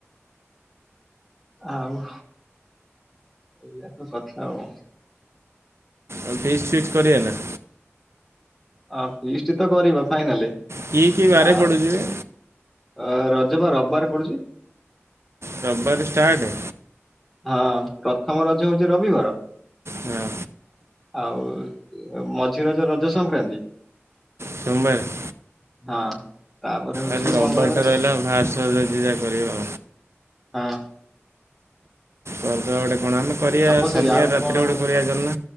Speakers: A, in the centre; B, on the right.
A: ଆଉ ଏଇଆ ତ କଥା ଆଉ।
B: ଆଉ ଫିଷ୍ଟ୍ ଫିଷ୍ଟ୍ କରିବା ନା?
A: ହଁ ଫିଷ୍ଟ ତ କରିବ ଫାଇନାଲି।
B: କି କି ବାରେ
A: ଆଉ
B: ପଡୁଛିି ବେ?
A: ଅ ରଜ ବା ରବିବାର ପଡୁଚି।
B: ରବାର ଷ୍ଟାର୍ଟ
A: ହଁ। ପ୍ରଥମ ରଜ ହଉଛି ରବିବାର
B: ହଁ
A: ଆଉ ମଝି ରଜ ରଜ ସଂକ୍ରାନ୍ତି।
B: ସୋମବାର।
A: ହଁ। ତାପରେ ହଉଛି
B: ଆରେ ରବାର
A: ମଙ୍ଗଳବାର
B: ଟା ରହିଲା
A: ଆଉ
B: ବାହାର ସଛି ଯାହା କରିହବ।
A: ହଁ
B: <unintelligible> କଣ ଆମେ କରିବା
A: ତପସ୍ୟାଇ
B: ଶନିବାର
A: ଆଉ
B: ରାତିରେ
A: କଣ
B: ଗୋଟେ କରିବା ଚାଲ ନା